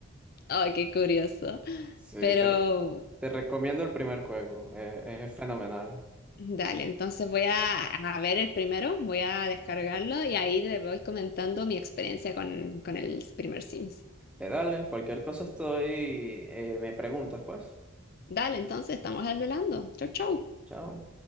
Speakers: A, on the left; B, in the centre.
A: Ay, qué curioso.
B: Sí,
A: Pero
B: te, te recomiendo el primer juego, eh, es es fenomenal.
A: dale, entonces voy a, a ver el primero, voy a descargarlo y ahí te voy comentando mi experiencia con, con el primer Sims.
B: Eh, dale, cualquier cosa estoy, eh, me preguntas, pues.
A: Dale, entonces estamos hablando. Chau, chau.
B: Chao.